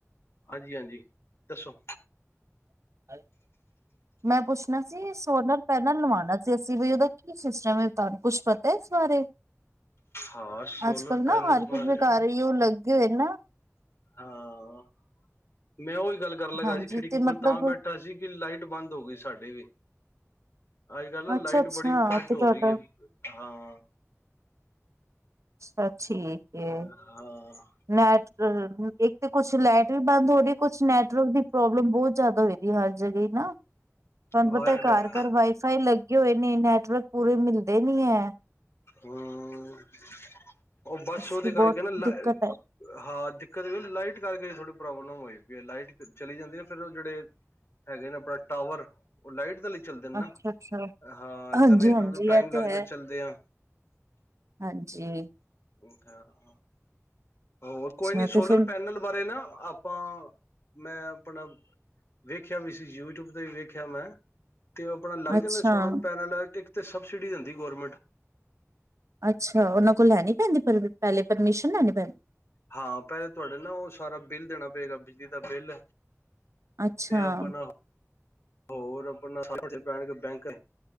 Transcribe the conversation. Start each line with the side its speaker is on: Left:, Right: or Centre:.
Left: ਹਾਂਜੀ ਹਾਂਜੀ ਦੱਸੋ
Right: ਹਾਂ ਮੈਂ ਪੁੱਛਣਾ ਸੀ ਸੋਲਰ ਪੈਨਲ ਲਵਾਉਣਾ ਸੀ ਅਸੀਂ ਬ ਉਹਦਾ ਕੀ ਸਿਸਟਮ ਹੈ, ਤੁਹਾਨੂੰ ਕੁਛ ਪਤਾ ਪਤਾ ਇਸ ਬਾਰੇ,
Left: ਹਾਂ ਸੋਲਰ
Right: ਅੱਜ ਕੱਲ ਨਾ
Left: ਪੈਨਲ
Right: ਹਰ
Left: ਬਾਰੇ
Right: ਕਿਸੀ ਦੇ ਘਰ ਇਹ ਹੀ ਲੱਗੇ ਹੋਏ ਨਾ
Left: ਹਾਂ, ਮੈਂ ਉਹੀ ਗੱਲ ਕਰਨ ਲੱਗਾ
Right: ਹਾਂਜੀ
Left: ਸੀ ਖਿੜਕੀ
Right: ਤੇ
Left: ਕੋਲ
Right: ਮਤਲਬ
Left: ਤਾਂ ਬੈਠਾ ਸੀ ਕਿ ਲਾਈਟ ਬੰਦ ਹੋ ਗਈ ਸਾਡੇ ਵੀ, ਅੱਜ ਕੱਲ ਨਾ
Right: ਅੱਛਾ-ਅੱਛਾ
Left: ਲਾਈਟ ਬੜੀ ਘੱਟ
Right: ਤੇ
Left: ਹੋ
Right: ਤੁਹਾਡਾ
Left: ਰਹੀ ਹੈ। ਹਾਂ-
Right: ਅੱਛਾ ਠੀਕ ਹੈ,
Left: ਹਾਂ ਹਾਂ
Right: ਨੈਟ ਇੱਕ ਤੇ ਕੁਛ ਲੈਟ ਵੀ ਬੰਦ ਹੋ ਰਹੀ, ਕੁਛ ਨੈਟਵਰਕ ਦੀ ਪ੍ਰੋਬਲਮ ਬਹੁਤ ਜਿਆਦਾ ਹੋ ਰੀ ਹੈ ਹਰ ਜਗ੍ਹ ਹੀ ਨਾ ਤੁਹਾਨੂੰ
Left: ਹਮ
Right: ਪਤਾ ਘਰ ਘਰ ਵਾਈਫਾਈ ਲੱਗੇ ਹੋਏ ਨੇ, ਨੈਟਵਰਕ ਪੂਰੇ ਮਿਲਦੇ ਨੀ ਹੈ।
Left: ਹਮ, ਉਹ ਬਸ
Right: ਇਸ
Left: ਉਹਦੇ
Right: ਲਈ
Left: ਕਰਕੇ
Right: ਬਹੁਤ
Left: ਨਾ ਲ
Right: ਦਿੱਕਤ ਆਈ
Left: ਹਾਂ ਦਿੱਕਤ ਵੀ ਲਾਈਟ ਕਰਕੇ, ਥੋੜੀ ਪ੍ਰੋਬਲਮ ਹੋਈ ਵੀ ਲਾਈਟ ਚਲੀ ਜਾਂਦੀ ਫਿਰ ਉਹ ਜਿਹੜੇ ਹੈਗੇ ਨੇ ਆਪਣਾ ਟਾਵਰ, ਉਹ ਲਾਈਟ ਨਾਲ ਈ ਚੱਲਦੇ ਨੇ ਨਾ,
Right: ਅੱਛਾ-ਅੱਛਾ
Left: ਹਾਂ
Right: ਹਾਂਜੀ-ਹਾਂਜੀ
Left: ਜਨਰੇਟਰ ਨੂੰ ਟਾਈਮ
Right: ਇਹ ਤੇ
Left: ਲੱਗਦਾ
Right: ਹੈ।
Left: ਚੱਲਦੇ ਆ।
Right: ਹਾਂਜੀ।
Left: ਹ ਹਾਾਂ ਹੋ
Right: ਅੱਛਾ
Left: ਕੋਈ ਨੀ ਸੋਲਰ
Right: ਤੇ ਫਿਰ
Left: ਪੈਨਲ ਬਾਰੇ ਨਾ ਆਪਾਂ, ਮੈਂ ਆਪਣਾ ਵੇਖਿਆ ਵੀ ਸੀ, ਯੂਟਿਊਬ ਤੇ ਵੀ ਵੇਖਿਆ ਮੈਂ ਤੇ ਆਪਣਾ ਲੱਗ
Right: ਅੱਛਾ-ਅੱਛਾ
Left: ਜਾਂਦਾ ਸੋਲਰ ਪੈਨਲ, ਇੱਕ ਤੇ ਸਬਸਿਡੀ ਦਿੰਦੀ ਗਰਮੈਂਟ
Right: ਅੱਛਾ! ਉਹਨਾਂ ਕੋਲ ਲੈਣੀ ਪੈਂਦੀ ਪਰ ਪਹਿਲੇ ਪਰਮਿਸ਼ਨ ਲੈਣੀ ਪੈਂਦੀ।
Left: ਹਾਂ ਪਹਿਲੇ ਤੁਹਾਡੇ ਨਾ ਉਹ ਸਾਰਾ ਬਿੱਲ ਦੇਣਾ ਪਏਗਾ, ਬਿਜਲੀ ਦਾ ਬਿੱਲ
Right: ਅੱਛਾ
Left: ਤੇ ਆਪਣਾ ਹੋਰ ਆਪਣਾ ਪੈਨ ਕੇ ਬੈਂਕ,